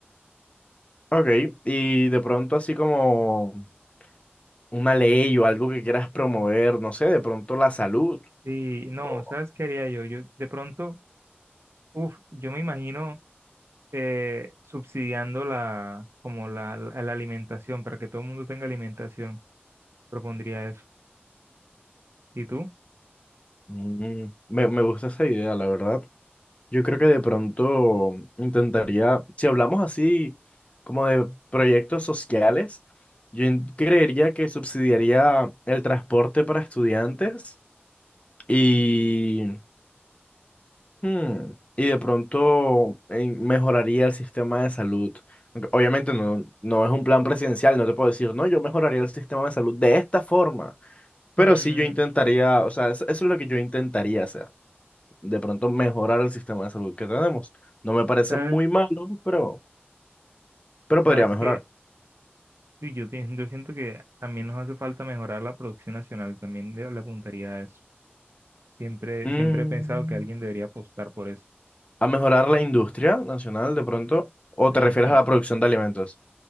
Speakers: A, on the left (about 30°); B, on the right (about 85°).
A: Ok, y de pronto así como una ley o algo que quieras promover, no sé, de pronto la salud.
B: Sí, no,
A: o-
B: ¿sabes qué haría yo? Yo de pronto, uff, yo me imagino eh, subsidiando la, como la, la, la alimentación, para que todo el mundo tenga alimentación, propondría eso. ¿Y tú?
A: Mm, me, me gusta esa idea, la verdad. Yo creo que de pronto intentaría, si hablamos así como de proyectos sociales, yo in- creería que subsidiaría el transporte para estudiantes y, hmm, y de pronto eh, mejoraría el sistema de salud. Aunque Obviamente no, no es un plan presidencial, no te puedo decir, no, yo mejoraría el sistema de salud de esta forma, pero
B: Mm,
A: sí yo intentaría, o sea, eso eso es lo que yo intentaría hacer de pronto mejorar el sistema de salud que tenemos. No me parece
B: ¿sabes?
A: muy malo, pero, pero
B: ¿Sabes
A: podría mejorar.
B: qué? Uy, Yo, te- yo siento que también nos hace falta mejorar la producción nacional, también le le apuntaría a eso. Siempre,
A: Mm,
B: siempre he pensado que alguien debería apostar por eso.
A: a mejorar la industria nacional de pronto, o
B: Exacto.
A: te refieres a la producción de alimentos.